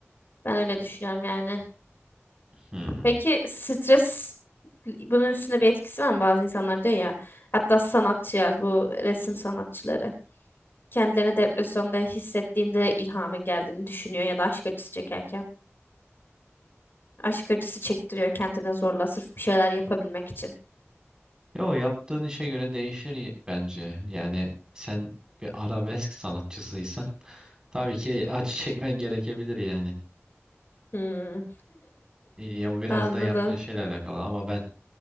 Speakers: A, on the left (about 50°); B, on the right (about 15°).
A: Ben öyle düşünüyorum yani.
B: Hmm.
A: Peki stres bunun üstünde bir etkisi var mı? Bazı insanlar diyor ya hatta sanatçılar bu resim sanatçıları kendilerini depresyonda hissettiğinde ilhamın geldiğini düşünüyor ya da aşk acısı çekerken. Aşk acısı çektiriyor kendine zorla sırf bir şeyler yapabilmek için.
B: Yo yaptığın işe göre değişir y- bence. Yani sen bir arabesk sanatçısıysan <laughs> tabii ki acı çekmen gerekebilir yani.
A: Hmm.
B: Ya o biraz
A: <laughs>
B: da yaptığın
A: Anladım.
B: şeyle alakalı ama ben